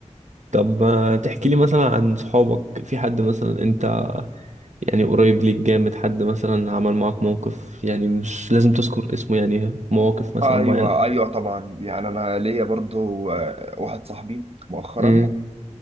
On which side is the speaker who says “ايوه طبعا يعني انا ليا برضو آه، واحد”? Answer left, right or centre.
Right